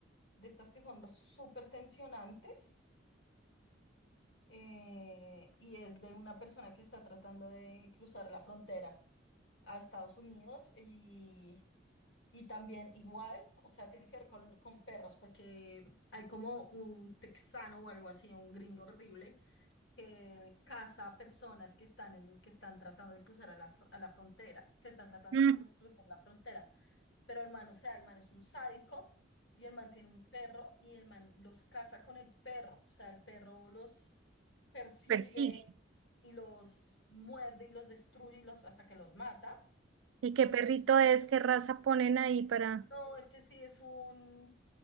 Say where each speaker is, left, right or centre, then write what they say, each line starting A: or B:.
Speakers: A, on the left; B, on the right.
A: de estas que son súper tensionantes. eh, y es de una persona que está tratando de cruzar la frontera a Estados Unidos y, y también igual, o sea, tiene que ver con, con perros, porque hay como un texano o algo así, un gringo horrible, que caza a personas que están, en, que están tratando de cruzar a la, fr- a la frontera, que están tratando
B: Mm,
A: de cru- cruzar la frontera. Pero el man, o sea, el man es un sádico. Y el man tiene un perro y el man los caza con el perro. O sea, el perro los, persigue
B: persigue.
A: y los muerde y los destruye y los hasta que los mata.
B: ¿Y qué
A: Y
B: perrito es? ¿Qué raza ponen ahí para...?
A: no, este sí es un,